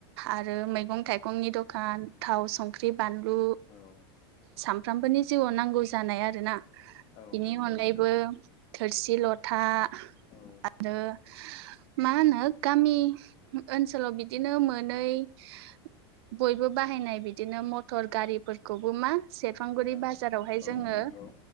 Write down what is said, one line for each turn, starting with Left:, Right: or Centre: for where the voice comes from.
Right: आरो मैगं थाइगंनि दखान थाव संख्रि बानलु
Left: औ
Right: सामफ्रामबोनि जिउआव नांगौ जानाय आरो ना
Left: औ
Right: बेनि
Left: नंगौ
Right: अनगायैबो
Left: नोंथां
Right: थोरसि लथा
Left: औ
Right: आरो मा होनो गामि ओनसोलाव बिदिनो मोनै <inaudible> बयबो बाहायनाय बिदिनो मा गारि फोरखौबो मा सेरफुरि
Left: औ
Right: बाजारावहाय
Left: औ
Right: जोंङो
Left: नंगौ